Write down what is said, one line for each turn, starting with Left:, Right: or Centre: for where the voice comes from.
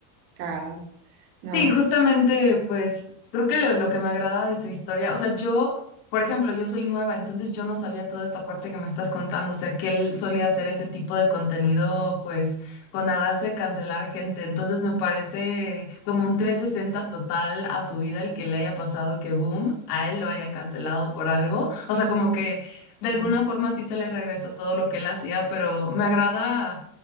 Right: cagadas, ¿no?
Left: Sí, justamente, pues creo que lo, lo que me agrada de su historia, o sea, yo, por ejemplo, yo soy nueva, entonces yo no sabía toda esta parte que me estás contando, o sea, que él solía hacer ese tipo de contenido, pues, con aras de cancelar gente, entonces me parece como un trescientos sesenta total a su vida el que le haya pasado que, boom, a él lo hayan cancelado por algo, o sea, como que de alguna
Right: Sí,
Left: forma sí se le regresó todo lo que él hacía, pero me agrada.